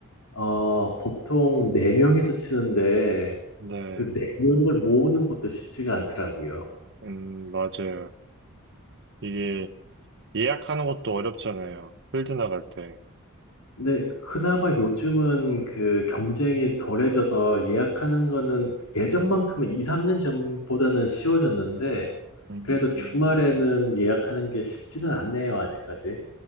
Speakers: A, on the left; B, on the right.
A: 어, 보통 네명이서 치는데
B: 네,
A: 그 네명을 모으는 것도 쉽지가 않더라고요.
B: 음, 맞아요. 이게 예약하는 것도 어렵잖아요. 필드 나갈 때.
A: 근데 그나마 요즘은 그 경쟁이 덜해져서 예약하는 거는 예전만큼은 2, 3년 전보다는 쉬워졌는데
B: 음,
A: 그래도 주말에는 예약하는 게 쉽지는 않네요, 아직까지.